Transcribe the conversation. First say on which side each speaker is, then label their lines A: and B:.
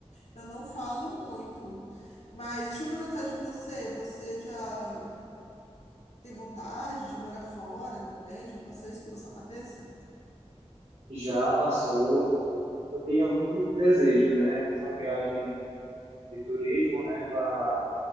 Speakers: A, on the left; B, on the right.
A: eu não falo muito, mas deixa eu perguntar de você, você já tem vontade de morar fora também? Já passou isso pela sua cabeça?
B: Já passou. Eu tinha muito desejo, né? Eu fiz uma viagem de turismo, né, para